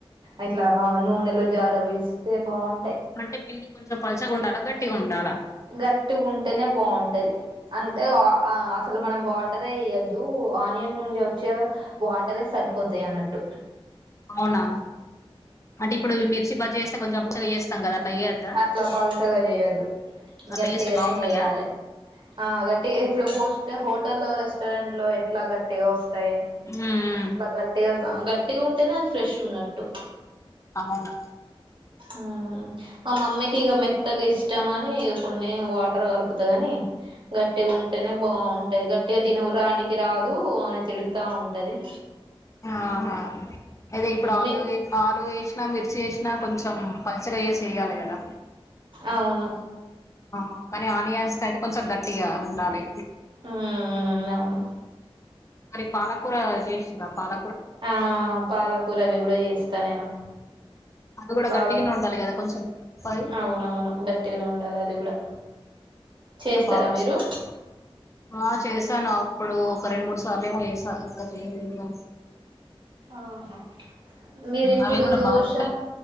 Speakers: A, on the right; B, on the left.
A: ఓట్లా నూనెలో జారా విడిస్తే బాగుం
B: అంటే పిండి కొంచెం పల్చగా ఉండాలా గట్టిగా ఉండాలా
A: గట్టుగుంటేనే బాగుంటది అంటే అసలు మనం వాటరే ఎయ్యద్దు ఆనియన్ నుండి వచ్చే వాటరే సరిపోతాయి అన్నట్టు
B: అవునా అంటే ఇప్పుడు మిర్చి బజ్జి ఏస్తే కొంచెం పల్చగా చేస్తాం కదా అట్లా చేయొద్దా
A: అట్లా పల్చగా చేయొద్దు
B: అట్లా
A: గట్టిగానే
B: చేస్తే బాగుంటాయా
A: చేయాలే ఆ గట్టిగా ఇప్పుడు కోస్తే హో టలో రెస్టారెంట్లో ఎట్లా గట్టిగా వస్తాయి
B: ఉమ్
A: అట్లా గట్టిగా గ ట్టిగా ఉంటేనే అది ఫ్రెష్ ఉన్నట్టు
B: అవునా
A: ఉమ్మ్ మా మమ్మీకి ఇగ మెత్తగా ఇష్టం అని ఇగ కొన్ని వాటర్ కలుపుతా గని గట్టిగుంటేనే బాగుం టాయి గట్టిగా తిన ఉరానికి రాదు అని తిడుతా ఉంటది
B: ఆహా అదే ఇప్పుడు ఆలుూ
A: మీ
B: ఆలుూ ఎసి నా మిర్చి ఎసినా కొంచెం పల్చగా చేసి ఎయ్యాలి కదా
A: అవును
B: ఆహా కానీ ఆనియన్స్‌కైతే కొంచెం గట్టిగా ఉండాలి
A: ఉమ్మ్ అవును
B: అదే పాలకూర చేసిందా పాల
A: ఆ పాలకూర అవి కూడా చేస్తా నేను
B: అవి కూడా
A: పాలం
B: గట్టిగానే ఉండాలి కదా కొంచెం పై
A: అవునవును గట్టిగానే ఉండాలి అది కూడా చేస్తారా
B: నే బాగా వస్తాయి
A: మీరు
B: ఆ చే స్తాను అప్పుడు ఒక రెండు మూడు సార్లు ఏమో చేశా ఇంకా చెయలేదు ఇగ
A: ఆహా మీరు ఇప్పుడు
B: అవి కూడా
A: దోశ
B: బాగుంటాయి